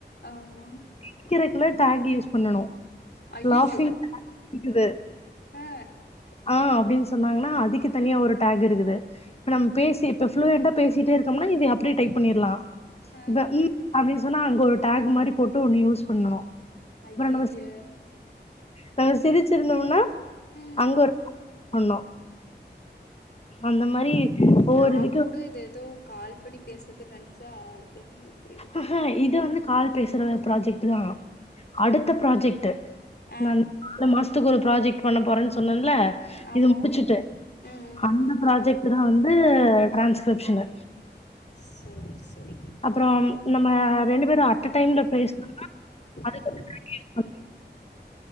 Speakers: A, on the left (about 65°); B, on the left (about 35°).
A: ஆமா
B: சிரிக்கக்குல டேக் யூஸ் பண்ணு
A: ஐயையோ
B: லாசிங் இருக்குது
A: ஆ
B: ஆ அப்புடின்னு சொன்னாங்கன்னா அதுக்கு தனியா ஒரு டேக் இருக்குது இப்ப நம் பேசி இப்ப ஃப்ளோயட்டா பேசிட்டே இருக்கம்னா இது அப்புடியே டைப் பண்ணிறலா
A: ஆ
B: இப்ப ம் அப்டி சொன்னா அங்க ஒரு டேக் மாதிரி போட்டு ஒண்ணு யூஸ் பண்ணனு அப்புறே
A: ஐய்யய்ய
B: நம்ம நம்ம சிரிச்சிருந்தோம்னா
A: ம்
B: அங்க ஒரு பண்ணே அந்த மாறி ஒவ்வொரு
A: நா
B: இதுக்கு
A: கூட இது ஏதோ கால் பண்ணி பேசுறதுன்னு நினைச்சா இது என்னமே இப்புடி இருக்கு
B: ஆஹா இது வந்து கால் பேசுற ப்ராஜெக்ட்டு தா அடுத்த ப்ராஜெக்ட்டு
A: ஆ
B: நா நாளு மாசத்துக்கு ஒரு ப்ராஜெக்ட் பண்ண போறேன்னு சொன்னேன்ல
A: ஆமா
B: இது முடிச்சுட்டு
A: ம் ம்
B: அந்த ப்ராஜெக்ட் தா வந்து ட்ரான்ஸ்கிரிப்ஷனு
A: சேரி சேரி
B: அப்புறம் நம்ம ரெண்டு பேரும் அட்ட டைம்ல பேசினனா அதுக்கு
A: ம்
B: தனியா கேஷ் வரு